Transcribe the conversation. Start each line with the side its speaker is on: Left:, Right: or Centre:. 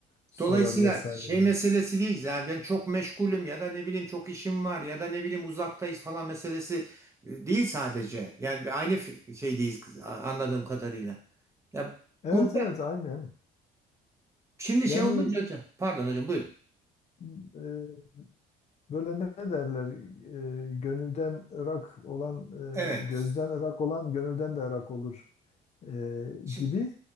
Left: sorar
Right: Dolayısıyla
Left: vesaire.
Right: şey
Left: gibi.
Right: meselesi değil yani ben çok meşgulüm ya da ne bileyim çok işim var ya da ne bileyim uzaktayız falan meselesi e, değil sadece. Yani bir aynı f- şeydeyiz kız- a- anladığım kadarıyla. Ya
Left: Evet
Right: burada
Left: evet aynen.
Right: şimdi
Left: Yani
Right: şey olunca hocam pardon hocam buyurun.
Left: e, Böyle ne ne derler? e, gönülden ırak olan,
Right: Evet.
Left: e, gözden ırak olan gönülden de ırak olur e,
Right: Şimdi,
Left: gibi.